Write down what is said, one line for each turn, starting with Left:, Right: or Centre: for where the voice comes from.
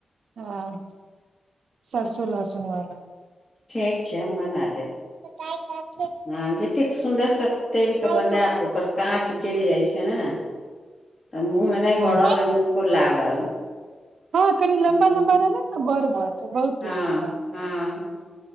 Right: हँ सरसो लहसुन वाला
Left: ठीक छै हम बना देब
Right: त
Left: हँ जतेक सुन्दरसँ तर कऽ
Right: हँ
Left: बनाब ओकर काँट जैर जाइ छै ने तऽ मुँहमे नहि
Right: हँ
Left: गड़ल आ नीको लागल
Right: हँ कनि लम्बा-लम्बा
Left: हँ
Right: रहलक न बड़-बड़ त बहुत
Left: हँ
Right: टेस्टी लागै
Left: हँ
Right: छै